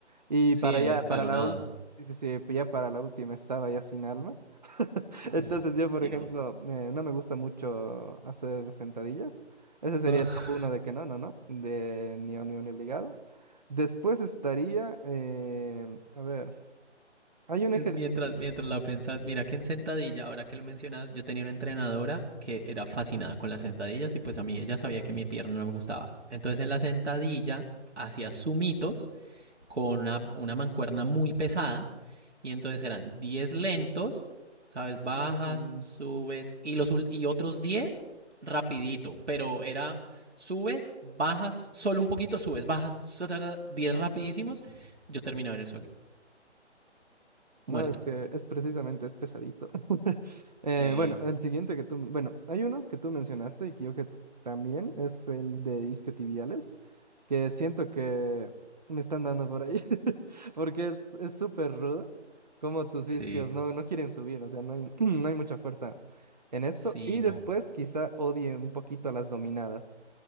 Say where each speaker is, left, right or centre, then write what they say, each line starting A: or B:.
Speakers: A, on the right (about 35°); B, on the right (about 70°).
A: Y
B: Sí,
A: para
B: en
A: ya,
B: el escalonado.
A: para la última, ya para la última estaba ya sin alma. <laughs>
B: Mm,
A: Entonces yo, por
B: Dios.
A: ejemplo, eh, no me gusta mucho hacer sentadillas. Ese sería
B: <laughs>
A: el top uno de que no, no, no, de ni o- ni o- ni obligado. Después estaría, eh, a ver, hay un ejercicio.
B: Mientras, mientras la pensás, mira que en sentadilla, ahora que lo mencionas, yo tenía una entrenadora que era fascinada con las sentadillas y pues a mí ella sabía que mi pierna no me gustaba. Entonces en la sentadilla hacía sumitos con una, una mancuerna muy pesada y entonces eran diez lentos, ¿sabes? Bajas,
A: mm,
B: subes y, los, y otros 10 rapidito, pero era subes, bajas solo un poquito, subes, bajas, 10 rapidísimos, yo terminaba en el suelo,
A: No,
B: muerto.
A: es que es precisamente, es pesadito. <laughs> Eh,
B: Sí,
A: bueno, el siguiente que tú, bueno, hay uno que tú mencionaste y que yo que también es el de isquiotibiales, que siento que me están dando por ahí, <laughs> porque es es súper rudo, como tus
B: Sí,
A: isquios no, no quieren subir, o sea, no hay, <clears throat> no hay mucha fuerza en eso.
B: sí,
A: Y
B: no.
A: después quizá odie un poquito a las dominadas.